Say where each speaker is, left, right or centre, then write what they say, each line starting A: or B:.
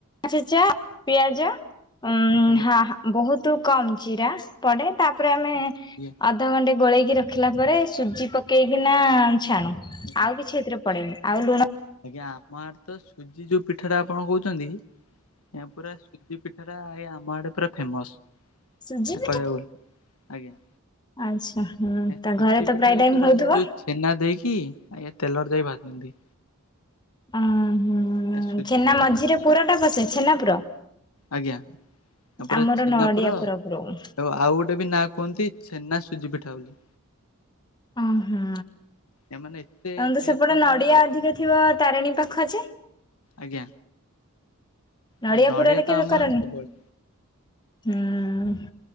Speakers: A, on the left; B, on the left.
A: ଅଦା ଛେଚା ପିଆଜ ଉଁ
B: ଆଜ୍ଞା
A: ହଁ ହଁ। ବହୁତ କମ ଚିରା ପଡେ ତାପରେ ଆମେ
B: ଆଜ୍ଞା
A: ଅଦ୍ ଅଧ ଘଣ୍ଟେ ଗୋଳେଇକି ରଖିଲା ପରେ ସୁଜି ପକେଇକିନା ଛାଣୁ
B: ଆଜ୍ଞା
A: ଆଉ କିଛି ଏଥିରେ ପଡେନି ଆଉ ଲୁଣ।
B: ଆଜ୍ଞା ଆପଣ ଆଡେ ତ ସୁଜି ଯୋଉ ପିଠାଟା ଆପଣ କହୁଛନ୍ତି। ଏଁ ପୁରା ସୁଜି ପିଠା। ପୁରା ଏ ଆମ ଆଡେ ପୁରା ଫେମସ୍
A: ସୁଜି
B: କହିବାକୁ ଗଲେ ଆଜ୍ଞା।
A: ଆଛା ହୁଁ
B: ସୁଜି
A: ତା ଘରେ ତ
B: ପିଠା
A: ପ୍ରାୟ
B: ଭିତରେ
A: ଟାଇମ ହଉଥିବ।
B: ଆଜ୍ଞା ଯୋଉ ଛେନା ଦେଇକି ଆଜ୍ଞା ତେଲରେ ଯାଇ ଭାଜନ୍ତି।
A: ଓ ହଁ
B: ସୁଜି
A: ଛେନା
B: ପିଠା
A: ମଝିରେ
B: ଫାଷ୍ଟ
A: ପୁର ଟା ପସେ ଛେନା ପୁର।
B: ଆଜ୍ଞା ତାପରେ
A: ଆମର
B: ଛେନାପୁର
A: ନଡିଆ
B: ହେବ।
A: ପୁର ପୁରଉ
B: ଆଉ ଗୋଟେ ବି ନାଁ କୁହନ୍ତି ଛେନା ସୁଜି ପିଠା ବୋଲି।
A: ଉଁ ହୁଁ
B: ଏମାନେ ଏତେ
A: ଆନ୍ଦ
B: ଟେଷ୍ଟ
A: ସେପଟେ
B: ଆପଣଙ୍କୁ
A: ନଡିଆ
B: ଲାଗିବ
A: ଅଧିକେ। ଥିବ ତାରିଣୀ ପାଖ ଯେ।
B: ଆଜ୍ଞା।
A: ନଡ଼ିଆ
B: ନଡିଆ
A: ପୁରରେ
B: ତ
A: କେବେ
B: ଆମ
A: କରନି।
B: ଆଡେ ସବୁବେଳେ
A: ହୁଁ